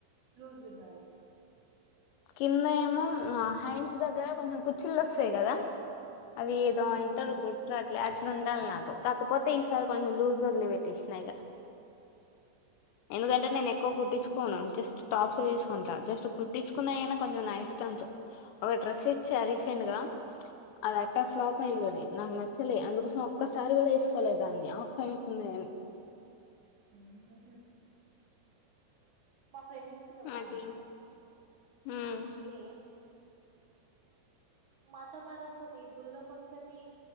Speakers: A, on the right; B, on the left.
A: లూజ్ ఉండాలి
B: కింద ఏమో హ్యాండ్స్ దగ్గర కొంచెం కుర్చీలు వస్తాయి కదా అవి ఏదో
A: ఆ
B: అంటారు
A: ఆ
B: గుర్తురట్లే అ ఇ ఉండాలి నాకు కాకపోతే ఈసారి కొంచెం లూజ్గా వదిలి పెెట్టిసినా ఈగా ఎందుకంటే నేను ఎక్కువ కుట్టించుకోను జస్ట్ టాప్స్ తీసుకుంటా జస్ట్ గుట్టించు కున్నా అయినా కొంచెం నా ఇష్టంతో ఒక డ్రెస్ ఇచ్చా రీసెంట్ గా అది అట్టా ఫ్లాప్ అయిందిది నాకు నచ్చలే అందుకోసం ఒక్కసారి కూడా వేసుకోలేదు దాన్ని ఆప్షన్స్ ఉన్నాని
A: ఉహుహు మా ఫ్రెండ్ ఉంటి కకామా
B: అట్లా ఉమ్
A: సే మాతో పాటు వస్తుంది గుళ్ళకి వస్తుంది